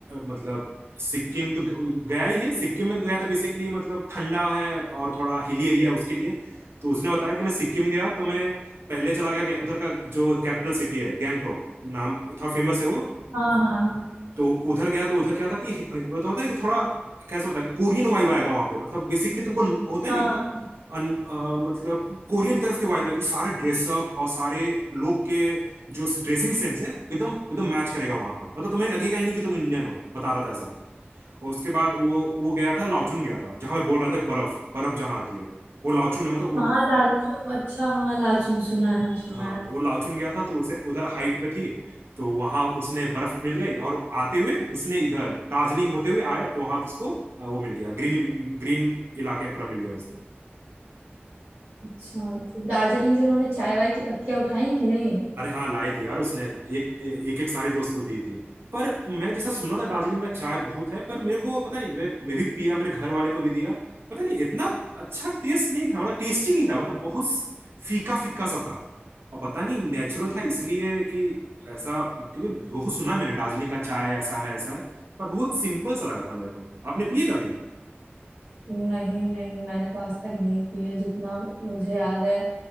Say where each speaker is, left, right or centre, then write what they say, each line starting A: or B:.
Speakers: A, on the right (about 75°); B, on the right (about 50°).
A: मतलब सिक्किम तो ग- गया ही है सिक्किम में तो गया था बेसिकली मतलब ठंडा है और थोड़ा हिली एरिया है उसके लिए तो उसने बताया कि मैं सिक्किम गया तो मैं पहले चला गया गे- उधर का जो कैपिटल सिटी है गैंगटोक नाम थोड़ा फेमस है वो
B: हाँ हाँ
A: तो उधर गया तो उधर क्या था कि वो तो होता है ना कि थोड़ा कैसे बताए कोरियन वाइब आएगा वहां पे मतलब बेसिकली तुमको होता है
B: हाँ
A: ना कि अन, अ, मतलब कोरियन तरफ के वाइब आएगा कि सारे ड्रेसअप और सारे लोग के जो ड्रेसिंग सेंस है एकदम एकदम मैच करेगा वहां का मतलब तुम्हें लगेगा ही नहीं कि तुम इंडियन हो बता रहा था ऐसा और उसके बाद वो वो गया था लाओचून गया था जहां मैं बोल रहा था बर्फ बर्फ जहां आती है वो लाओचून है मतलब उ-
B: हाँ लाचुंग अच्छा हाँ लाचुंग सुना है सुना
A: हाँ
B: है
A: वो लाओचुन गया था तो उसे उधर हाइट पे थी तो वहां उसने बर्फ मिल गई और आते हुए उसने इधर दार्जिलिंग होते हुए आया तो वहां उसको अ, वो मिल गया ग्रीन ग्रीन इलाके पर मिल गया उसको
B: अच्छा तो दार्जिलिंग से उन्होंने चाय वाय की पत्तियां उठाई कि नहीं
A: अरे हाँ लाए थे यार उसने एक एक एक सारे दोस्त को दी थी पर मैं जैसा सुना था दार्जिलिंग का चाय बहुत है पर मेरे को पता नहीं मैं मैं भी पिया मेरे घर वाले को भी दिया पता नहीं इतना अच्छा टेस्ट नहीं था मतलब टेस्टी नहीं था मतलब बहुत फीका फीका सा था और पता नहीं नेचुरल था इसलिए कि ऐसा क्योंकि बहुत सुना है मैंने दार्जिलिंग का चाय ऐसा है ऐसा है पर बहुत सिंपल सा लगा था मेरे को आपने पिए कभी
B: नहीं नहीं मैंने तो आज तक नहीं पिया जितना मुझे याद है